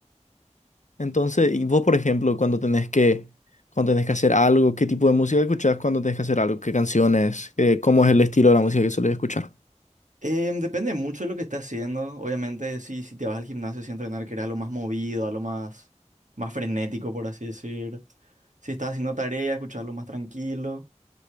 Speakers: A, on the left (about 75°); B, on the right (about 85°).
A: Entonces, y vos, por ejemplo, cuando tenés que, cuando tenés que hacer algo, ¿qué tipo de música escuchás cuando tenés que hacer algo? ¿Qué canciones? Eh, ¿cómo es el estilo de la música que sueles escuchar?
B: Em, depende mucho de lo que estés haciendo. Obviamente, si, si te vas al gimnasio sin entrenar, que era lo más movido, a lo más, más frenético, por así decir. Si estás haciendo tarea, escucharlo más tranquilo.